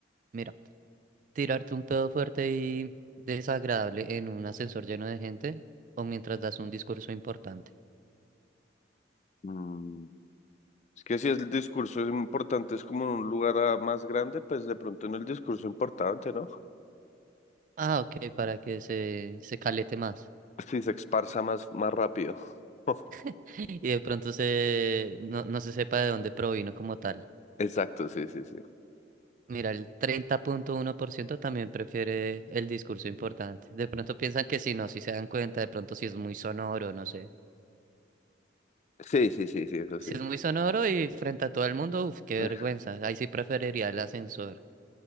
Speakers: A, on the right (about 45°); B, on the left (about 35°).
A: Mira, tirarte un pedo fuerte y desagradable en un ascensor lleno de gente o mientras das un discurso importante.
B: Mm, Es que si el discurso es importante, es como en un lugar ah, más grande, pues de pronto en el discurso importante, ¿no?
A: Ah, ok, para que se, se calete más.
B: <laughs> Si se esparza más, más rápido. <laughs>
A: <laughs> Y de pronto se, no, no se sepa de dónde provino como tal.
B: Exacto, sí, sí, sí.
A: Mira, el treinta punto uno por ciento también prefiere el discurso importante. De pronto piensan que si no, si se dan cuenta, de pronto si es muy sonoro, no sé.
B: Sí, sí, sí, sí, eso
A: Si
B: sí.
A: es muy sonoro y frente a todo el mundo, uff, qué
B: Uy,
A: vergüenza. Ahí sí preferiría el ascensor.